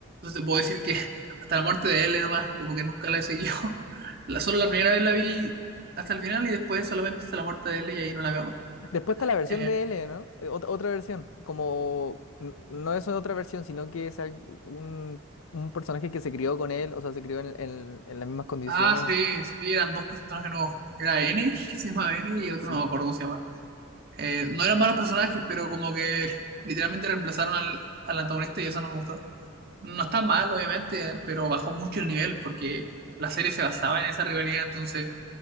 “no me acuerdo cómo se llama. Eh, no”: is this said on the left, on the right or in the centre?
Right